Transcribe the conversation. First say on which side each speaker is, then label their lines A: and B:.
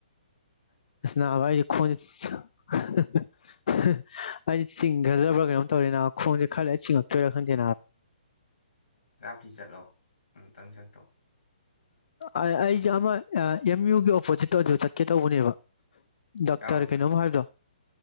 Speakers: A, on the left; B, on the left.
A: ꯁꯅꯗꯤ ꯈꯣꯟ ꯑꯩꯗꯤ ꯆꯤꯡꯈ꯭ꯔꯗꯕ꯭ꯔꯥ ꯀꯩꯅꯣꯝ ꯇꯧꯔꯦꯅꯥ ꯈꯣꯡꯁꯦ ꯈꯔꯂ ꯆꯤꯡꯉꯛꯇꯣꯏꯔꯥ ꯈꯪꯗꯦ
B: ꯈꯔ ꯐꯤ ꯆꯠꯂꯣ ꯑꯃꯨꯛꯇꯪ ꯆꯠꯇꯣ
A: ꯑꯩꯁ ꯑꯃ ꯑꯦꯝ ꯌꯨꯒꯤ ꯑꯣꯄꯣꯖꯤꯠꯇ ꯍꯧꯖ ꯆꯠꯀꯦ ꯇꯧꯕꯅꯦꯕ ꯗꯥꯛꯇꯔ
B: ꯌꯥꯎꯋꯦꯗ
A: ꯀꯩꯅꯣꯝ ꯍꯥꯏꯕꯗꯣ